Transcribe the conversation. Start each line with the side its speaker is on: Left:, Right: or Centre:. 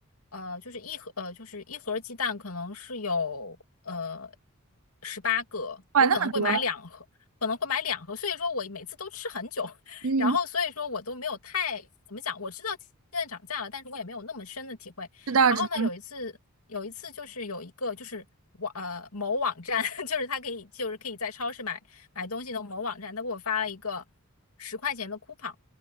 Left: 呃，就是一盒，呃，就是一盒鸡蛋可能是有呃十八个，
Right: 哇，
Left: 我可能会买两盒，
Right: 那么多，
Left: 可能会买两盒，所以说我每次都吃很久，<laughs>
Right: 嗯，
Left: 然后所以说我都没有太怎么讲，我知道现在涨价了，但是我也没有那么深的体会。
Right: 知道知道，
Left: 然后呢，有一次，有一次就是有一个就是网呃某网站，<laughs> 就是他可以就是可以在超市买买东西的某网站，他给我发了一个十块钱的 coupon。